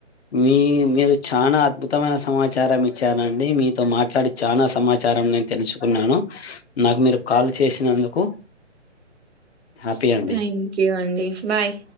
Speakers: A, on the left (about 60°); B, on the right (about 65°).
A: మీ మీరు చానా అద్భుతమైన సమాచారం ఇచ్చారండి. మీతో మాట్లాడి చానా సమాచారం నేను తెలుసుకున్నాను. నాకు మీరు కాల్ చేసినందుకు హ్యాపీ అండి
B: థ్యాంక్ యూ అండి బాయ్